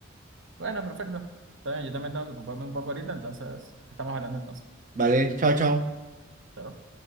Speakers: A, on the right (about 65°); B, on the right (about 40°).
A: Bueno, perfecto. Está bien, yo también tengo que ocuparme un poco ahorita, entonces estamos hablando entonces.
B: Vale, chao, chao.
A: Chao.